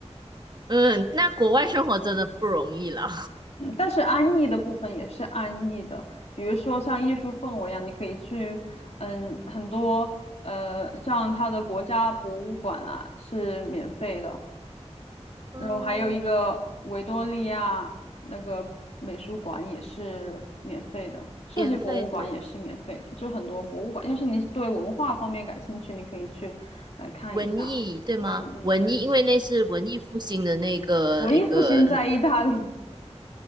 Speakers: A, on the right; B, on the left.
A: 嗯，那国外生活真的不容易了。
B: 嗯，但是安逸的部分也是安逸的，比如说像艺术氛围啊，你可以去，嗯，很多呃，像它的国家博物馆啊是免费的，
A: 嗯，
B: 然后还有一个维多利亚那个美术馆也是免费的，设计博物馆也是免费的，
A: 免费的
B: 就很多博物馆。要是你对文化方面感兴趣，你可以去来看一下。
A: 文艺对吗？
B: 嗯嗯，
A: 文艺，因为那是文艺复兴的那个一个
B: 文艺复兴在意大利，